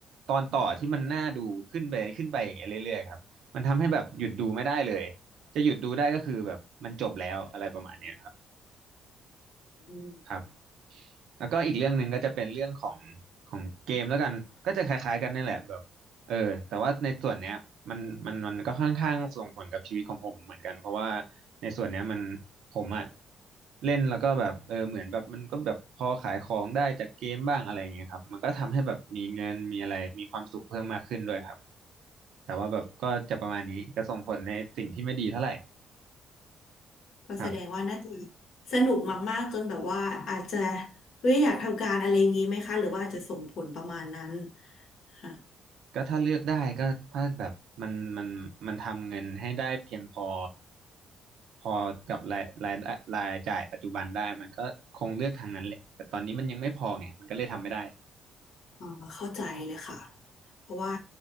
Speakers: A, on the right; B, on the left.
A: ตอนต่อที่มันน่าดูขึ้นไปขึ้นไปอย่างเงี้ยเรื่อยๆครับ มันทำให้แบบหยุดดูไม่ได้เลย จะหยุดดูได้ก็คือแบบมันจบแล้วอะไรประมาณเนี้ยครับ
B: อืม
A: ครับ แล้วก็อีกเรื่องหนึ่งก็จะเป็นเรื่องของของเกมแล้วกันก็จะคล้ายๆกันนี่แหละแบบเออแต่ว่าในส่วนเนี้ยมันมันมันก็ค่อนข้างส่งผลกับชีวิตของผมเหมือนกันเพราะว่าในส่วนเนี้ยมันผมอะเล่นแล้วก็แบบเออเหมือนแบบมันก็แบบพอขายของได้จากเกมบ้างอะไรอย่างเงี้ยครับมันก็ทำให้แบบมีเงินมีอะไรมีความสุขเพิ่มมากขึ้นด้วยครับแต่ว่าแบบก็จะประมาณนี้จะส่งผลในสิ่งที่ไม่ดีเท่าไหร่
B: ก็แสดงว่าน่าจะ
A: ครับ
B: สนุกมากๆจนแบบว่าอาจจะเฮ้ยอยากทำการอะไรอย่างนี้ไหมคะหรือว่าอาจจะส่งผลประมาณนั้นค่ะ
A: ก็ถ้าเลือกได้ก็ถ้าแบบมันมันมันทำเงินให้ได้เพียงพอพอกับรายรายรายจ่ายปัจจุบันได้มันก็คงเลือกทางนั้นแหละแต่ตอนนี้มันยังไม่พอไงมันก็เลยทำไม่ได้
B: อ๋อเข้าใจเลยค่ะเพราะว่า